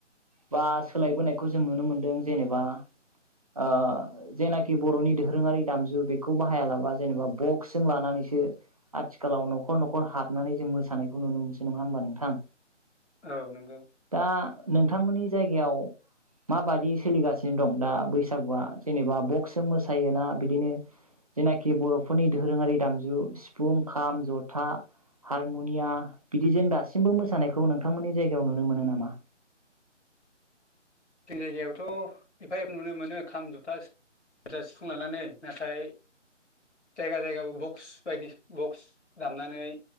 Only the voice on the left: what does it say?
औ नंगौ
जों जायगायावथ' एफा एफा नुनो मोनो खाम जथा बुरजा सिफुं लानानै नाथाय जायगा जायगाबो बक्स बायदि बक्स दामनानै